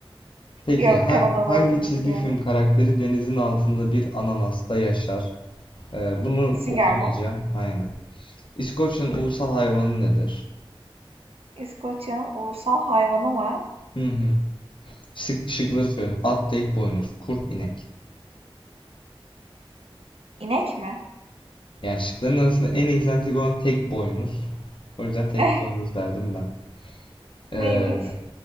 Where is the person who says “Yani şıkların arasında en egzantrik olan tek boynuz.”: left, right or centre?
Left